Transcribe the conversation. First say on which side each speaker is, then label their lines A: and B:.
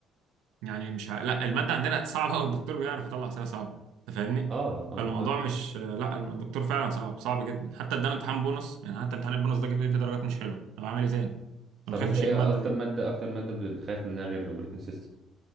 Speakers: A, on the right (about 85°); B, on the right (about 45°).
A: يعني مش ع... لا المادة عندنا صعبة <laughs> والدكتور بيعرف يطلع أسئلة صعبة أنت فاهمني؟
B: اه اه
A: فالموضوع
B: لا
A: مش لا الدكتور فعلا صعب صعب جدا حتى ادانا امتحان بونص يعني حتى امتحان البونص ده جبت فيه درجات مش حلوة طب أعمل إيه تاني؟ أنا
B: طب
A: خايف
B: انت
A: أشيل
B: ايه
A: المادة
B: اكتر
A: دي
B: ماده اكتر ماده ب- بخايف منها غير الاوبريتنج سيستم